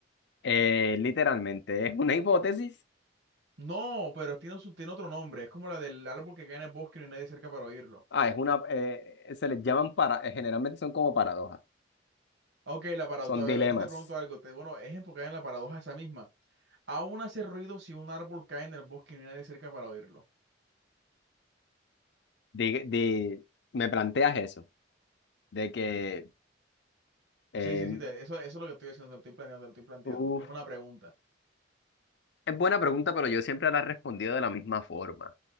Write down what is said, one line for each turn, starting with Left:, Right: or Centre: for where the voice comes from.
Left: Eh, literalmente, es una hipótesis.
Right: No, pero tiene, su- tiene otro nombre. Es como la del árbol que cae en el bosque y no hay nadie cerca para oírlo.
Left: Ah, es una, eh, se les llaman para, eh, generalmente son como paradojas,
Right: Ok, la paradoja.
Left: son dilemas.
Right: Yo te pregunto algo. te- bueno, es enfocada en la paradoja esa misma. Aún hace ruido si un árbol cae en el bosque y no hay nadie cerca para oírlo.
Left: De, de, me planteas eso, de que, eh,
Right: Sí, sí, sí. te- eso, eso es lo que estoy haciendo. Te lo estoy planteando, te lo estoy planteando.
Left: uf,
Right: Es una pregunta
Left: Es buena pregunta, pero yo siempre la he respondido de la misma forma.